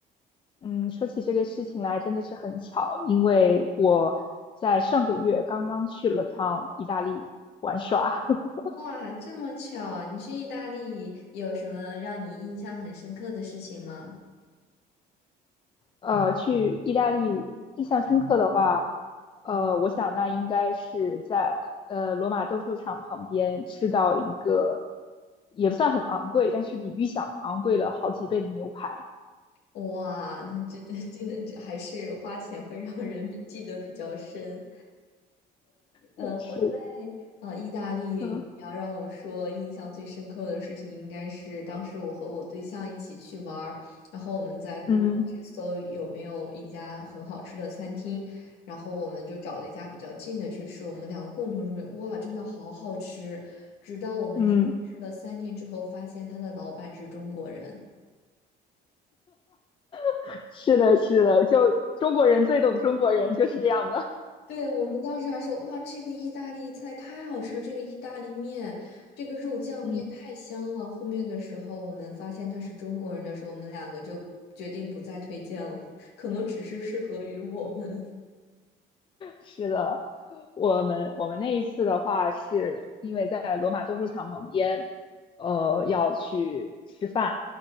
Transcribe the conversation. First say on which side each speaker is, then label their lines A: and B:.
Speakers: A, on the left; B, on the left.
A: 嗯，说起这个事情来，真的是很巧，因为我在上个月刚刚去了趟意大利玩耍。<laughs>
B: 哇，这么巧啊你去意大利有什么让你印象很深刻的事情吗？
A: 呃，去意大利印象深刻的话，呃，我想那应该是在呃罗马斗兽场旁边吃到一个也不算很昂贵，但是比预想昂贵了好几倍的牛排。
B: 哇，那真 <laughs> 真的这还是花钱会让人比记得比较深。呃，
A: 嗯，是，
B: 我在呃意大利，
A: 嗯
B: 你要让我说印象最深刻的事情，应该是当时我和我对象一起去玩儿然后我们在 Google
A: 嗯
B: 去搜有没有一家很好吃的餐厅，然后我们就找了一家比较近的去吃，我们俩共同说，哇，真的好好吃，直到我们连吃了三天之后，
A: 嗯，
B: 发现他的老板是中国人。
A: <laughs> 是的，是的，就中国人最懂中国人，就是这样的。
B: 对，我们当时还说，哇，这个意大利菜太好吃了，这个意大利面，这个肉酱面太香了。
A: 嗯。
B: 后面的时候，我们发现他是中国人的时候，我们两个就决定不再推荐了，<laughs> 可能只是适合于我们。
A: 是的，我们我们那一次的话，是因为在罗马斗兽场旁边，呃，要去吃饭，